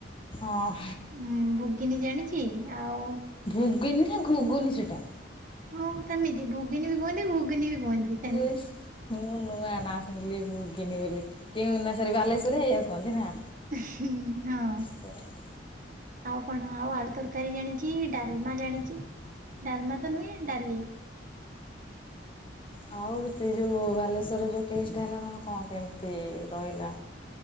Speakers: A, on the left (about 25°); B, on the right (about 45°).
A: ହଁ
B: ହୁଁ ଭୁଗିନୀ ଜାଣିଛି ଆଉ
A: ଭୁୋଗିନି ନା ଘୁୋଗୁନି ସେଇଟା?
B: ହଁ ସେମିତି ମିତିି ଭୁଗୀନି ବି କୁହନ୍ତି ଘୁଗୁନୀ ବି କୁହନ୍ତି ସେମିତି
A: ଏ ମୁଁ ନୂଆ ନା ଶୁଣିଲି ଭୁଗିନି ବୋଲି କେଉଁ ନା ସର ବା ସୁରରେଆକୁଅନ୍ତି ନା।
B: ହ ହଁ।
A: ସେଇଆ।
B: ଆଉ କଣ ଆଉ ଆଳୁ ତରକାରୀ ଜାଣିଛି ଡାଲମା ଜାଣିଚ ଡ଼ାଲମା ତ ନୁଁହେ ଡାଲି
A: ଆଉ ସେ ଯୋଉ ବାଲେଶ୍ଵରର ଯୋଉ କେସ୍ ଟା ହେଲା ତମେ କଣ କେମିତି ରହିଲା?